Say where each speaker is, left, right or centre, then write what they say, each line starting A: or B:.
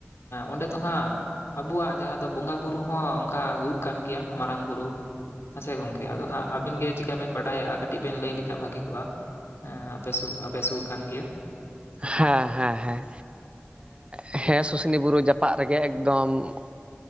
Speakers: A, on the left; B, on the right.
A: ᱚᱸᱰᱮ ᱫᱚ ᱦᱟᱸᱜ ᱟᱵᱚᱣᱟᱜ ᱡᱟᱦᱟᱸ ᱫᱚ ᱵᱚᱸᱜᱟ ᱵᱩᱨᱩ ᱦᱚᱸ ᱚᱱᱠᱟ ᱦᱩᱭᱩᱜ ᱠᱟᱱ ᱜᱮᱭᱟ ᱢᱟᱨᱟᱝ ᱵᱩᱨᱩ᱾ ᱦᱮᱸ ᱥᱮ ᱜᱚᱝᱠᱮ ᱟᱫᱚ ᱦᱟᱸᱜ ᱟᱵᱤᱱ ᱜᱮ ᱪᱤᱠᱟᱹ ᱵᱮᱱ ᱵᱟᱰᱟᱭᱟ ᱠᱟᱹᱴᱤᱡ ᱵᱮᱱ ᱞᱟᱹᱭ ᱞᱮᱠᱷᱟᱜ ᱵᱷᱟᱹᱜᱤ ᱠᱚᱜᱼᱟ? ᱟᱯᱮ ᱥᱩᱨ ᱟᱯᱮ ᱥᱩᱨ ᱠᱟᱱ ᱜᱮᱭᱟ?
B: ᱦᱮᱸᱻᱦᱮᱸᱻᱦᱮᱸᱻ᱾ ᱦᱮᱸ ᱥᱩᱥᱱᱤ ᱵᱩᱨᱩ ᱡᱟᱯᱟᱜ ᱨᱮᱜᱮ ᱮᱠᱫᱚᱢ᱾